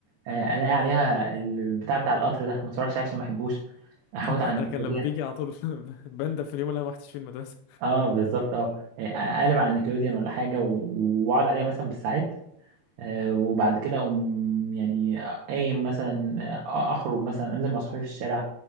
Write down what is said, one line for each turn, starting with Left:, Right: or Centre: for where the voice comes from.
Right: آه، الاقي عليها البتاع بتاع القطر ده ما اتفرجش عليه عشان ما احبوش احوط
Left: <laughs>
Right: على نيكلوديان
Left: انا كان لما بيجي على طول <laughs> بندم في اليوم اللي انا ما رحتش فيه المدرسه
Right: اه بالظبط اه آه، اقلب على نيكلوديان ولا حاجه و- واقعد عليها مثلا بالساعات آه، وبعد كده اقوم يعني قايم مثلا آه، اخرج مثلا انزل مع صحابي في الشارع